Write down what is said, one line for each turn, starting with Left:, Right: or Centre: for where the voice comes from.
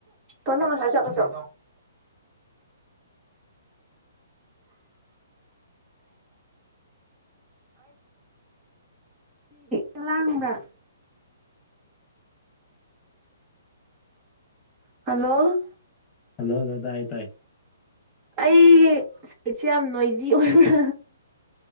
Right: ꯊꯣꯟ ꯅꯪ ꯉꯁꯥꯏ ꯆꯠꯂꯨꯁꯨꯣ ꯆꯂꯥꯡꯕ꯭ꯔ ꯍꯜꯂꯣ
Left: ꯍꯂꯣ ꯍꯂꯣꯏꯗ ꯍꯥꯏꯥꯏ ꯇꯥꯏ
Right: ꯑꯩ ꯁꯠꯁꯦ ꯌꯥꯝ ꯅꯣꯏꯖꯤ ꯑꯣꯏꯕ꯭ꯔꯥ